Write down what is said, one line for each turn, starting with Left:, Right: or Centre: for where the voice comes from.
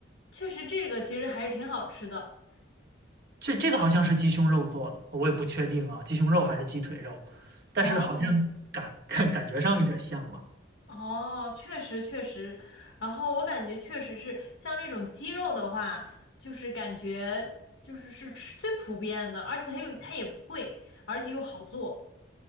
Left: 确实这个其实还是挺好吃的。
Right: 这这个好像是鸡胸肉做的，我也不确定啊，鸡胸肉还是鸡腿肉，但是好像感感感觉上有点像吧。
Left: 哦。哦，确实确实，然后我感觉确实是像这种鸡肉的话，就是感觉就是是吃最普遍的，而且它又它也不贵，而且又好做。